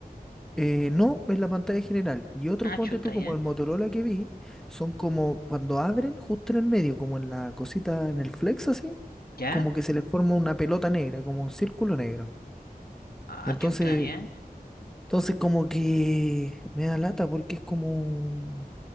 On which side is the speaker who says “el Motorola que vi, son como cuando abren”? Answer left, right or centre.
Centre